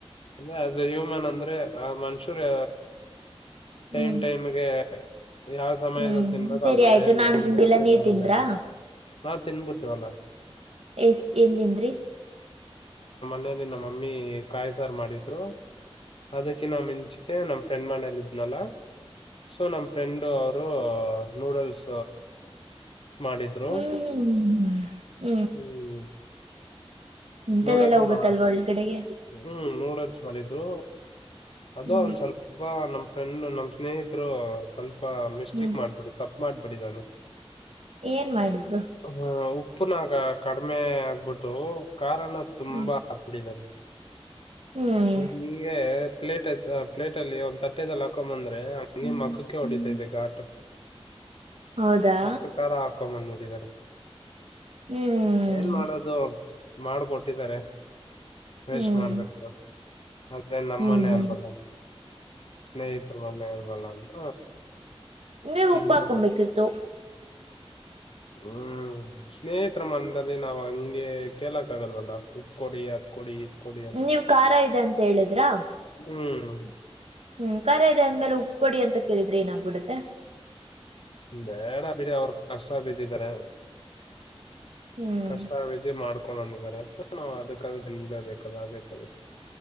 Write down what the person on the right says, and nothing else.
ಹ್ಮ್
ಹ್ಮ್
ಸರಿ
ಆಯ್ತು ನಾನ್
ತಿಂದಿಲ್ಲ
ನೀವ್ ತಿಂದ್ರಾ?
ಎಷ್ಟ್ ಏನ್ ತಿಂದ್ರಿ.
ಹ್ಮ್ ಹ್ಮ್ ಹ್ಮ್
ಇಂತದದೆಲ್ಲ
ಹೋಗುತ್ತಲ್ವಾ
ಒಳ್ಗಡೆಗೆ.
ಹ್ಮ್
ಹ್ಮ್
ಏನ್ ಮಾಡಿದ್ರು?
ಹ್ಮ್
ಹ್ಮ್
ಹೌದಾ?
ಹ್ಮ್
ಹ್ಮ್
ಹ್ಮ್ ಹ್ಮ್
ನೀವು
ಉಪ್ಪಾಕಂಬೇಕತ್ತು.
ನೀವ್ ಖಾರ ಇದೆ ಅಂತ ಹೇಳಿದ್ರಾ
ಹ್ಮ್ ಖಾರ ಇದೆ ಅಂದ್ಮೇಲೆ ಉಪ್ಕೊಡಿ ಅಂತ ಕೇಳಿದ್ರೆ ಏನಾಗ್ಬಿಡತ್ತೆ.
ಹ್ಮ್